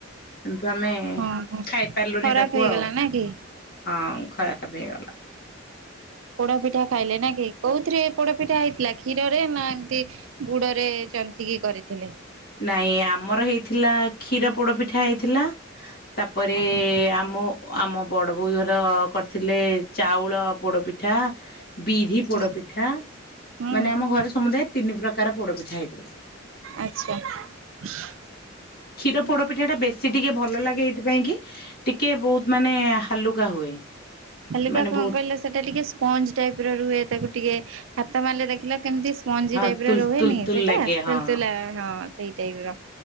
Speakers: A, on the left; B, on the right.
A: କିନ୍ତୁ ଆମେ
B: ହଁ
A: ଖାଇପାରିଲୁନି
B: ଖରାପ
A: ତାକୁ
B: ହେଇଗଲା
A: ଆଉ
B: ନା କି?
A: ହଁ ଖରାପ ହେଇଗଲା
B: ପୋଡାପିଠା ଖାଇଲେ ନା କି କୋଉଥିରେ ପୋଡାପିଠା ହେଇଥିଲା କ୍ଷୀରରେ ନା ଏମତି ଗୁଡରେ ଜନ୍ତିକି କରିଥିଲେ।
A: ନାଇଁ ଆମର ହେଇଥିଲା କ୍ଷୀର ପୋଡ ପିଠା ହେଇଥିଲା ତାପରେ
B: ଆଜ୍ଞା
A: ଆମ ଆମ ବଡ଼ ବୋଉ ଘର କରିଥିଲେ ଚାଉଳ ପୋଡ଼ପିଠା ବିରୀ
B: ହଁ
A: ପୋଡପିଠା
B: ହୁଁ
A: ମାନେ ଆମ ଘରେ ସମୁଦାୟ ତିନି ପ୍ରକାର ପୋଡପିଠା ହେଇଥିଲା।
B: ଆଚ୍ଛା। <inaudible>
A: କ୍ଷୀର ପୋଡ ପିଠା ଟା ବେଶୀ ଟିକେ ଭଲ ଲାଗେ ଏଇଥିପାଇଁ କି ଟିକେ ବହୁତ ମାନେ ହାଲୁକା ହୁଏ
B: ହାଲିକା
A: ମାନେ
B: କଣ
A: ବହୁତ
B: କହିଲା ସେଟା ଟିକେ ସ୍ପଞ୍ଜ ଟାଇପ ର ରୁହେ ତାକୁ ଟିକେ ହାତ ମାରିଲେ ଦେଖିଲ କେମିତି ମଞ୍ଜି
A: ହଁ
B: ଟାଇପ
A: ତୁଲ
B: ର ରୁହେନି
A: ତୁଲ ତୁଲ
B: ସେଇଟା
A: ଲାଗେ ହଁ
B: ଚାଲଥିଲା। ହଁ ସେଇ ଟାଇପ ର